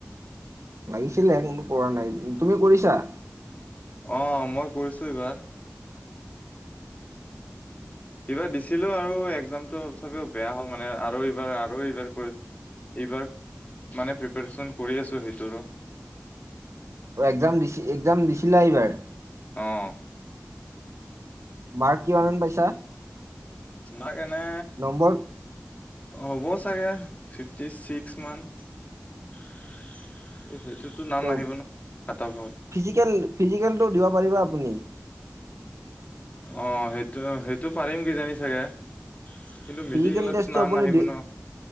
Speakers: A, on the right; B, on the left.
A: লাগিছিলে, কিন্তু কৰা নাই। তুমি কৰিছা?
B: অ', মই কৰিছোঁ এইবাৰ। এইবাৰ দিছিলো আৰু এক্জামতটো তথাপিও বেয়া হ'ল মানে, আৰু এইবাৰ আৰু এইবাৰ কৰি এইবাৰ মানে প্ৰিপাৰচন কৰি আছো সেইটোৰো
A: অ', একজাম দি একজাম দিছিলা এইবাৰ
B: অ'
A: মাৰ্ক কিমান মান পাইছা
B: মাৰ্ক এনে
A: নম্বৰ
B: হ'ব চাগে ফিফটি ছিক্স মান এই সেইটোতো নাম
A: ত
B: নাহিব নহয় কাটআফত
A: ফিজিকেল ফিজিকেলটো দিব পাৰিবা আপুনি
B: অ', সেইটো সেইটো পাৰিম কিজানি চাগে কিন্তু মেডিকেলতো
A: ফিজিকেল টেষ্টটো
B: নাম
A: আপুনি
B: নাহিব
A: দি
B: ন